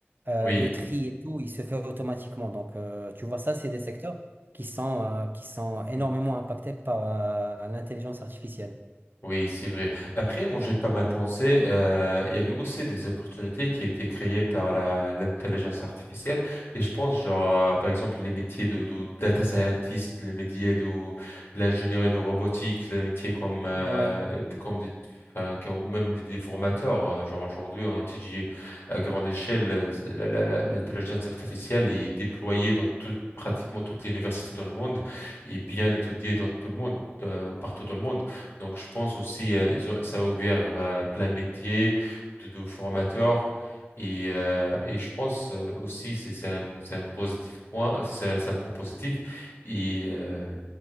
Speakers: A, on the right; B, on the left.
A: Euh,
B: Oui,
A: le tri et tout, il se fait automatiquement. Donc, euh, tu vois, ça, c'est des secteurs qui sont, euh, qui sont énormément
B: oui.
A: impactés par euh, l'intelligence artificielle.
B: Oui, c'est vrai. Après, moi, j'ai pas mal pensé. euh, il y avait aussi des opportunités qui étaient créées par la l'intelligence artificielle. Et je pense, genre, euh, par exemple, les métiers de, de data scientist, les métiers de l'ingénierie de robotique, les métiers comme euh,
A: Ouais,
B: comme des, enfin, comme- même des, des formateurs. euh, Genre aujourd'hui, on étudie à grande échelle euh, la- la- la- l'intelligence artificielle est déployée dans tout- pratiquement toutes les universités dans le monde et bien étudiée dans tout le monde, euh, partout dans le monde. Donc, je pense aussi, euh, ils ont- ça a ouvert euh, plein de métiers de, de formateurs. Et, euh, et je pense euh, aussi, c'est c'est un, c'est un positif point, c'est un, c'est un point positif. Et, euh,